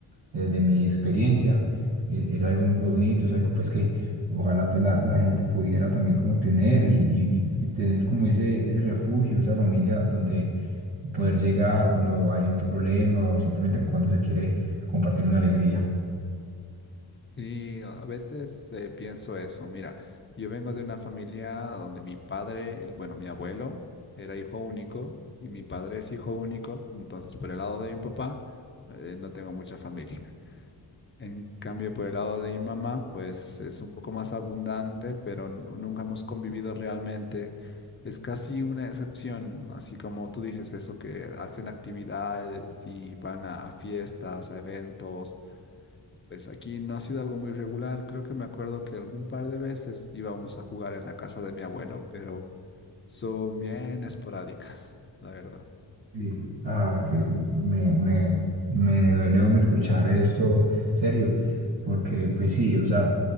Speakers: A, on the right; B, on the left.
A: desde mi experiencia. e- Es, algo muy bonito, es algo pues que ojalá pues la, la gente pudiera también como tener y, y- y- y tener como ese, ese refugio, esa familia donde poder llegar cuando hay un problema o simplemente cuando se quiere compartir una alegría.
B: Sí, a a veces eh, pienso eso. Mira, yo vengo de una familia donde mi padre, el- bueno, mi abuelo era hijo único y mi padre es hijo único. Entonces, por el lado de mi papá, eh, no tengo mucha familia. <laughs> En cambio, por el lado de mi mamá, pues es un poco más abundante, pero n- nunca hemos convivido realmente. Es casi una excepción, así como tú dices, eso que hacen actividades y van a a fiestas, a eventos pues aquí no ha sido algo muy regular. Creo que me acuerdo que algún par de veces íbamos a jugar en la casa de mi abuelo, pero son bien esporádicas, <laughs> la verdad.
A: Sí, ah, que me, me, me duele me escuchar esto, serio, porque pues sí, o sea,